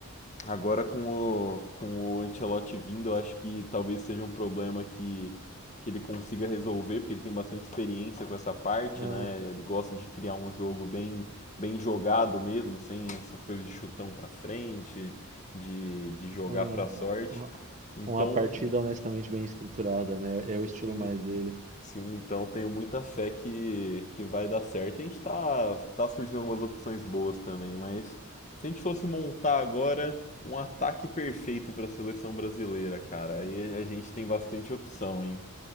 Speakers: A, on the left; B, on the right.
A: Agora com o, com o Ancelotti vindo, eu acho que talvez seja um problema que, que ele consiga resolver, porque ele tem bastante experiência com essa parte,
B: é,
A: né? Ele gosta de criar um jogo bem, bem jogado mesmo, sem essas coisas de chutão pra frente, de, de jogar
B: é,
A: pra sorte.
B: uma
A: Então,
B: uma partida honestamente bem estruturada, né? É o
A: sim,
B: estilo mais dele.
A: Sim, então tenho muita fé que, que vai dar certo. A gente tá, tá surgindo algumas opções boas também, mas se a gente fosse montar agora um ataque perfeito para a seleção brasileira, cara, aí a gente tem bastante opção, hein?